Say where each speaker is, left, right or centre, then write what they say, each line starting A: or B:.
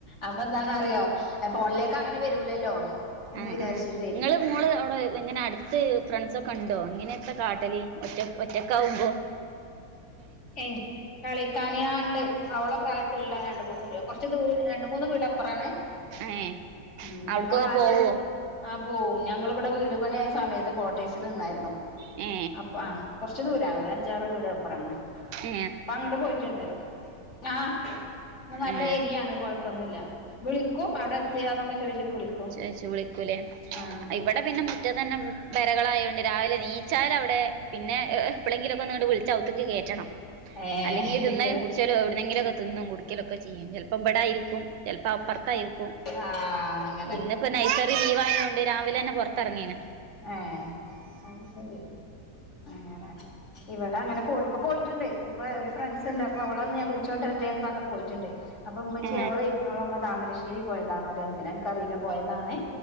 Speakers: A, on the left; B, on the right.
A: അപ്പൊന്താന്ന റിയോ ഫോണിലേക്ക് ങ്ങനെ വരൂലല്ലോ എന്ന്
B: ആഹ്
A: വിചാരിച്ചിട്ടേയ്
B: ആഹ് ഇങ്ങള് മോള് അവിടെ ങ്ങനെ അടുത്ത് ഫ്രണ്ട്സൊക്കെണ്ടോ ങ്ങനെയൊക്കെ കാട്ടലി ഒറ്റ ഒറ്റക്കാകുമ്പോ
A: ഏയ് കളിക്കന് ആ ണ്ട് അവള പ്രായത്തിലുള്ള രണ്ട മൂന്ന് കുറച്ച് ദൂ രണ്ട മൂന്ന് വീടപുറാണെ
B: ഏഹ്
A: ആഹ്
B: അവിടക്കൊക്കെ
A: ഞങ്ങദ്യം
B: പോവോ
A: ആ പോവും ഞങ്ങളിവിടെ വീട് പണിയ ആയ സമയത്ത് കോട്ടേഴ്സ് നിന്നായിരുന്നു
B: ഏ
A: അപ്പ ആ കുറച്ച് ദൂരം ആണ് ഒരു അഞ്ചാറ് വീട് അപ്പുറാണ്
B: ഏ
A: അപ്പൊ അങ്ങോട്ട് പോയിട്ടുണ്ട് ആഹ് നല്ല
B: ഏഹ്
A: ഏരിയയാണ് കൊഴപ്പൊന്നുല്യ വിളിക്കും അവിടെ എത്തിയാന്നൊക്കെ ചോദിച്ചിട്ട് വിളിക്കും
B: ച ചു വിളിക്കൂല
A: ആഹ്
B: അ ഇവിടെ പിന്നെ മുറ്റത്ത് തന്നെ വരകളായൊണ്ട് രാവിലെ നീച്ചാൽ അവിടെ പിന്നെ എപ്പോളെങ്കിലും ഒക്കെ നിങ്ങട്ട വിളിച്ച അകത്തേക്ക് കേയറ്റണം
A: ഏഹ്
B: അല്ലെങ്കിൽ തിന്നാലും
A: കിട്ടിയ
B: കുടിച്ചാലും എവിടെെങ്കിലൊക്ക തിന്നും കുടിക്കും ഒരിക്കലൊക്കെ ചെയ്യും ചിലപ്പോ ബെടായിരിക്കും ചിലപ്പ അപ്പുറത്തായിരിക്കും
A: ആഹ
B: ഇന്നിപ്പ നൈസറി ലീവ് ആയതോണ്ട് രാവിലെ തന്നെ പുറത്തിറങ്ങീണ്
A: ആഹ അയ് ശരി ആങ്ങനെ ഇവിടെ അങ്ങനെ പോയി ഇപ്പൊ പോയിട്ടുണ്ട് ഇപ്പൊ ഒരു ഫ്രണ്ട്സ് ഉണ്ട് അപ്പൊ അവളന്ന് ഞാൻ വിളിച്ചോണ്ടരട്ടെന്ന് പറഞ്ഞ് പോയിട്ടുണ്ട് അപ്പൊ ഉമ്മച്ചി
B: ഏ
A: അവളെ അവള ഉമ്മ താമരശ്ശേരി പോയതാണോ എന്തിന കറിയി ലപോയതാണ്